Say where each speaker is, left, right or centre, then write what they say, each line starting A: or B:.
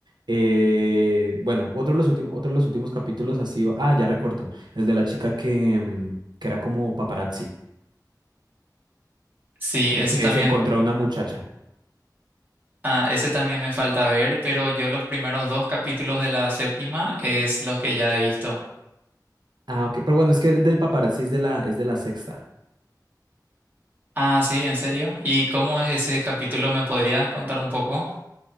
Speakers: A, on the right; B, on the right.
A: Eh, bueno, otro de los últimos, otro de los últimos capítulos ha sido, ah, ya recuerdo, el de la chica que, mm, que era como paparazzi
B: Sí,
A: y
B: ese
A: que
B: también,
A: se encontró a una muchacha.
B: ah, ese también me falta ver, pero yo los primeros dos capítulos de la séptima es los que ya he visto.
A: Ah, ok, pero bueno, es que el del paparazzi es de la, es de la sexta.
B: Ah, sí, ¿en serio? ¿Y cómo es ese capítulo? ¿Me podrías contar un poco?